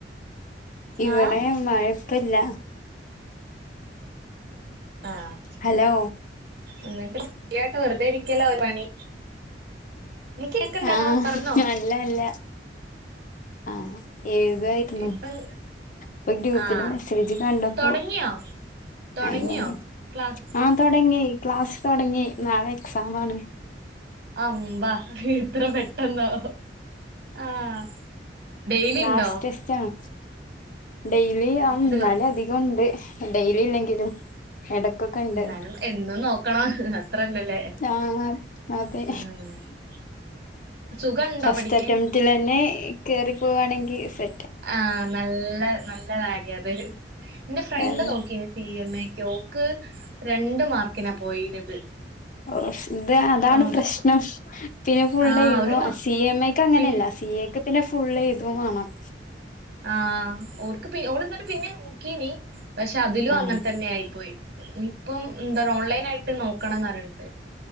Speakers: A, on the left; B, on the right.
A: ഇവിടെ
B: ആഹ്
A: മഴപ്പല്ല
B: ആഹ്
A: ഹലോ
B: എന്നിട്ട് ശരിയായിട്ട് വെറുതെ ഇരിക്കല്ലോ പണി നികേക്ണ്ടാടാ
A: ആഹ്
B: പറഞ്ഞോ
A: അല്ല അല്ല ആഹ് എഴുതായിരുന്നു
B: ഇപ്പം
A: പ്പ ഗ്രൂപ്പില്
B: ആഹ്
A: മെസ്സേജ് കണ്ടപ്പോ
B: തൊടങ്ങിയോ തൊടങ്ങിയോ
A: അങ്ങനെ
B: ക്ലാസ്
A: ആഹ് തുടങ്ങി ക്ലാസ് തുടങ്ങി നാളെ എക്സാം ആണ്
B: അമ്പാ എത്ര പെട്ടെന്നോ ആഹ് ഡെയിലി
A: ക്ലാസ്
B: ഇണ്ടോ
A: ടെസ്റ്റ് ആണ് ഡെയിലി ആഹ്
B: ദിവ
A: ന്നാല അധികംണ്ട് ഡെയ്ലി ഇല്ലെങ്കിലും ഇടക്കൊക്കെണ്ട്
B: എന്നാലും എന്നും നോക്കണം അത്രന്നല്ലേ
A: ആഹ് അതെ
B: ആഹ് സുഖണ്ടോ
A: ഫസ്റ്റ്
B: പഠിക്കാൻ
A: അറ്റംറ്റിൽ തന്നെ കേറി പോവാണെങ്കി സെ
B: ആഹ് നല്ല നല്ലകാര്യ അത് എന്റെ ഫ്രണ്ട്
A: അത്
B: നോക്കിനി സി എം എക്ക് ഓ ക്ക് രണ്ട് മാർക്കിനാ പോയിനത്
A: ഓഫ് ഇത് അതാണ്
B: ആഹ്
A: പ്രശ്നം പിന്നെ ഫുള്ള്
B: ആഹ്
A: എഴുതും
B: ഒരു മാ
A: സി എം ക്ക് അങ്ങനെയല്ല
B: പിന്നെ
A: സി എക് പിന്നെ ഫുള്ള് എയ്തും വാണം
B: ആഹ് ഓർക്ക് പി ഓള്ന്നിട്ട് പിന്നിം നോക്കീനീ പക്ഷെ അതിലും
A: ആഹ്
B: അങ്ങൻതന്നെ ആയി പോയി ഇനിപ്പം എന്താണ് ഓൺലൈൻ ആയിട്ട് നോക്കണംന്നറീണ്ട്